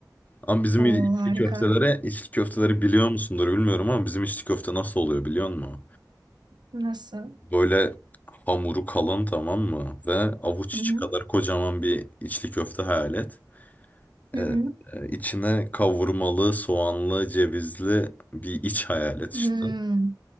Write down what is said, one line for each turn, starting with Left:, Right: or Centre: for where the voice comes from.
Left: Ama bizim
Right: O
Left: içli
Right: harika.
Left: köftelere, içli köfteleri biliyor musundur bilmiyorum ama bizim içli köfte nasıl oluyor biliyor musun?
Right: Nasıl?
Left: Böyle hamuru kalın tamam mı? Ve avuç
Right: Hı
Left: içi
Right: hı.
Left: kadar kocaman bir içli köfte hayal et.
Right: Hı
Left: Ee,
Right: hı.
Left: e, içine kavurmalı, soğanlı, cevizli bir iç hayal et
Right: Hmm.
Left: işte.